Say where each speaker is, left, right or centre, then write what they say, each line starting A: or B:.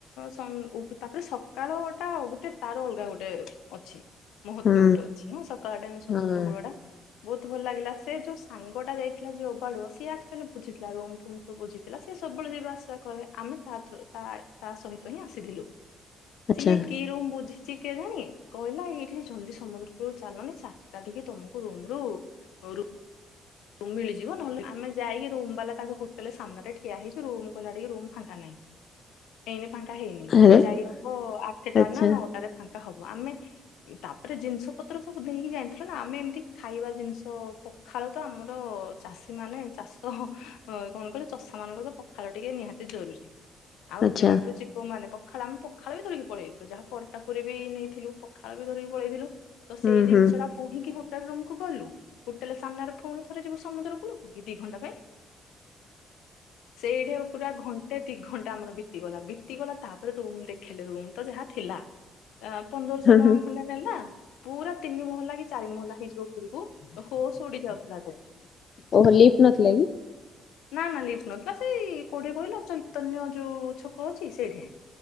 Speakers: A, on the left (about 85°); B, on the left (about 55°).
A: ସନ୍- ଉପ- ତାପରେ ସକାଳଟା ଗୋଟେ ତାର ଅଲଗା ଗୋଟେ ଅଛି। ମହତ୍ତ୍ୱ
B: ହୁଁ
A: ଗୋଟେ ଅଛି ନା ସକାଳ ଟାଇମ୍ ସମୁଦ୍ର
B: ହଁ
A: କୂଳ ଟା। ବହୁତ ଭଲ ଲାଗିଲା ସେ ଯୋଉ ସାଙ୍ଗଟା ଯାଇଥିଲା ଯିଏ ଅବାଡୁଅ ସିଏ ଆକ୍ଚୁଆଲି ବୁଝିଥିଲା ରୁମ୍ ଫୁମ୍ ସବୁ ବୁଝିଥିଲା ସିଏ ସବୁବେଳେ ଯିବା ଆସିବା କରେ ଆମେ ତା ଥ୍ରୋ ତା ତା ସହିତ ହିଁ ଆସିଥିଲୁ।
B: ଆଚ୍ଛା
A: ସିଏ କି ରୁମ୍ ବୁଝିଚି କେଜାଣି କଇଲା ଏଇଠି ଜଲଦି ସମୁଦ୍ର କୁଳୁ ଚାଲନି ଚାରିଟା ଟିକେ ତମକୁ ରୁମ ରୁ ରୁ ମିଳିଯିବ ନହଲେ ଆମେ ଯାଇକି ରୁ ବାଲା ତାଙ୍କ ହୋଟେଲ ସାମ୍ନାରେ ଠିଆ ହେଇଚୁ ରୁମ୍ କହିଲା ହେଟିକି ରୁମ୍ ଫାଙ୍କା ନାହିଁ ଏଇନେ ଫାଙ୍କା ଫାଙ୍କା ହେଇନି
B: ଆରେ
A: ଯାଇ ହବ ଆଠେଟା
B: ଆଚ୍ଛା
A: ନା ନଅଟାରେ ଫାଙ୍କା ହବ ଆମେ ତାପରେ ଜିନିଷ ପତ୍ର ତ ସବୁ ନେଇକି ଯାଇଥିଲୁ ନା ଆମେ ଏମିତି ଖାଇବା ଜିନିଷ ପଖାଳ ତ ଆମ ଚାଷୀ ମାନେ ଚାଷ କଣ କହିଲେ ଚଷା ମାନଙ୍କର ତ ପଖାଳ ଟିକେ ନିହାତି ଜରୁରୀ ଆଉ
B: ଆଚ୍ଛା
A: ଏତେ ବାଟରୁ ଯିବୁ ମାନେ ପଖ ପଖାଳ ଆମେ ପଖାଳ ବି ଧରିକି ପଳେଇଥିଲୁ ଯାହା ପରଟା ପୁରୀ ବି ନେଇଥିଲୁ ପଖାଳ ବି ଧରିକି ପଳେଇଥିଲୁ ତ
B: ହୁଁ
A: ସେଇ ଜିନିଷ
B: ହୁଁ
A: ଟା ପୁରି କି <unintelligible> ହୋଟେଲ ରୁମ୍ କୁ ଗଲୁ ହୋଟେଲ ସାମ୍ନାରେ ଫୁଣି ତାପରେ ଯିବୁ ସମୁଦ୍ର କୂଳକୁ କି ଦି ଘଣ୍ଟା ପାଇଁ ସେଇଠେ ପୁରା ଘଣ୍ଟେ ଦି ଘଣ୍ଟା ଆମର ବିତିଗଲା ବିତିଗଲା ତାପରେ ରୁମ ଦେଖେଇଲେ ରୁମ ତ ଯାହା ଥିଲା ଆ ପନ୍ଦରଶହ
B: ହୁଁ
A: ଟଙ୍କା
B: ହୁଁ
A: ଖଣ୍ଡେ ନେଲା ପୁରା ତିନି ମହଲା କି ଚାରି ମହଲା ହେଇଯିବ ଉପରକୁ ହୋସ ଉଡି ଯାଉଥିଲା
B: ଓହୋ ଲିଫ୍ଟ ନଥିଲା କି?
A: ନା ନା ଲିପ୍ଟ ନଥିଲା ସେଇ କୋଉଠି କହିଲ ଚୈତନ୍ୟ ଯୋଉ ଛକ ଅଛି ସେଇଠି ।